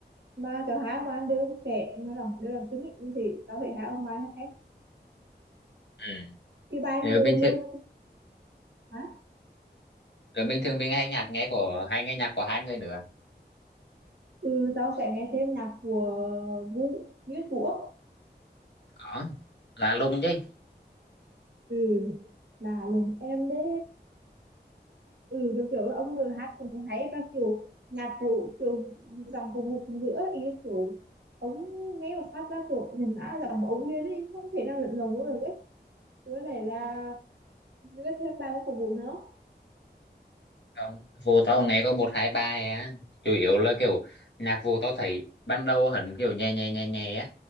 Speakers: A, on the right (about 70°); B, on the left (about 80°).
A: mà cả hai ông bạn đứa con trẻ nó giọng đứa đặc tính ấy, như thế tao phải hai ông bài hát hết
B: Ừ.
A: cái bài
B: Rồi
A: mưa
B: bình
A: mưa
B: thường,
A: hả
B: rồi bình thường mình hay nhạc nghe của hay nghe nhạc của hai người nữa.
A: ừ tao sẽ nghe thêm nhạc của Vũ Viết Vũ
B: Có. Là lùng chứ.
A: ừ là lần em đấy ừ kiểu kiểu là ông người hát cũng hay và kiểu nhạc cụ kiểu dòng vùng một giữa ý là kiểu ông nghe một phát ra kiểu nhìn đã là dòng của ông liền ấy không thể nào lẫn lộn được ấy với lại là rất thêm ba cái phục vụ nữa
B: Không. Vô tao nghe có một hai bài á. Chủ yếu là kiểu nhạc vô tao thấy ban đầu hẳn kiểu nhẹ nhẹ nhẹ nhẹ á.